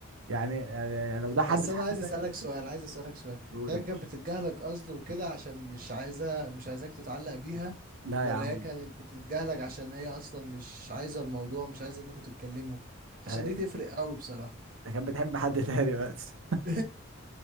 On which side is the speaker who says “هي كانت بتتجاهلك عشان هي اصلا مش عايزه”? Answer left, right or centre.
Right